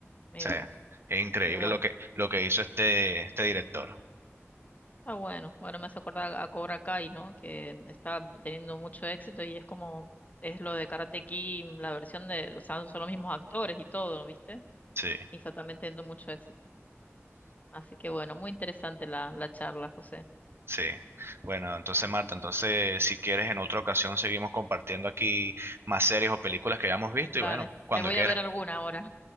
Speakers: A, on the left (about 35°); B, on the right (about 55°).
A: Mira
B: sea,
A: vos,
B: es increíble
A: qué bueno,
B: lo que, lo que hizo este, este director.
A: está bueno. Bueno, me hace acordar a Cobra Kai, ¿no? Que está teniendo mucho éxito y es como, es lo de Karate Kid, la versión de, o sea, son los mismos actores y todo, ¿viste?
B: Sí.
A: Y está también teniendo mucho éxito. Así que bueno, muy interesante la, la charla, José.
B: Sí. Bueno, entonces Marta, entonces si quieres en otra ocasión seguimos compartiendo aquí más series o películas que hayamos visto
A: Dale,
B: y bueno, cuando
A: me voy
B: quieras.
A: a ver alguna ahora. <laughs>